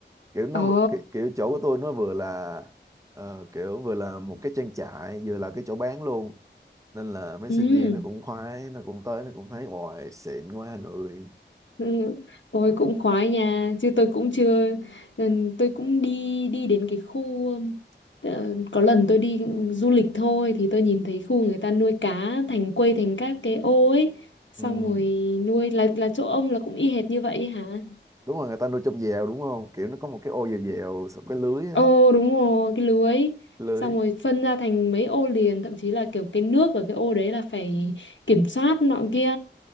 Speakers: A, on the right; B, on the left.
A: kiểu nó
B: ồ
A: vừa- ki- kiểu chỗ của tôi nó vừa là ờ, kiểu vừa là một cái trang trại vừa là cái chỗ bán luôn nên là mấy
B: ừ
A: sinh viên nó cũng khoái nó cũng tới nó cũng thấy hoài xịn quá người
B: Ừ, tôi
A: Ờ.
B: cũng khoái nha chứ tôi cũng chưa ừ, tôi cũng đi đi đến cái khu ừm, ờ, có lần tôi đi du lịch thôi thì tôi nhìn thấy khu người ta nuôi cá thành quây thành các cái ô ấy xong
A: ừ.
B: rồi nuôi là là chỗ ông là cũng y hệt như vậy hả
A: đúng rồi người ta nuôi trong dèo đúng không kiểu nó có một cái ô dèo dèo xong cái lưới
B: Ồ
A: á
B: đúng rồi cái lưới
A: cái lưới
B: xong rồi phân ra thành mấy ô liền thậm chí là kiểu cái nước ở cái ô đấy là phải kiểm soát nọ kia